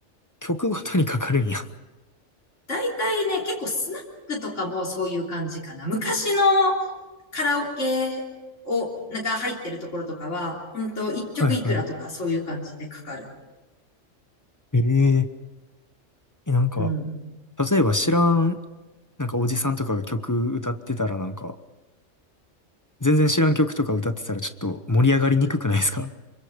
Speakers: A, on the left (about 15°); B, on the left (about 70°).
A: 曲ごとにかかるんや。
B: だいたいね、結構スナックとかもそういう感じかな。昔のカラオケを、が入ってるところとかは、本当一曲いくらとかそういう感じでかかる。
A: <laughs> はいはい。えええ、なんか、
B: うん。
A: 例えば知らん、なんかおじさんとかが曲歌ってたらなんか、全然知らん曲とか歌ってたらちょっと盛り上がりにくくないですか